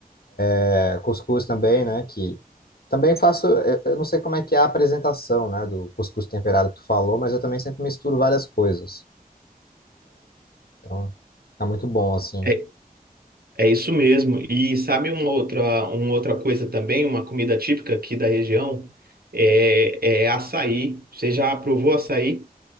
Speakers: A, on the left (about 80°); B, on the right (about 75°).
A: É, cuscuz também, né? Que também faço, eu eu não sei como é que é a apresentação, né, do cuscuz temperado que tu falou, mas eu também sempre misturo várias coisas. Então, tá muito bom assim.
B: É, é isso mesmo. E sabe uma outra, uma outra coisa também, uma comida típica aqui da região, é, é açaí. Você já provou açaí?